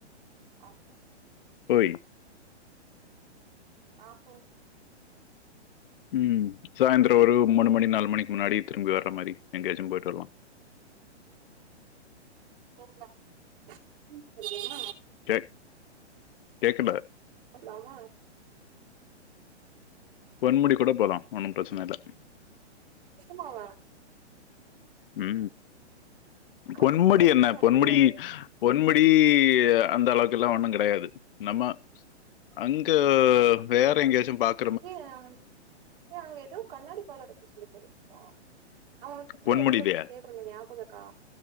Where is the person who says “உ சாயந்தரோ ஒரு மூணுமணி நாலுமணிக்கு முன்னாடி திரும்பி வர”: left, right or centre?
Left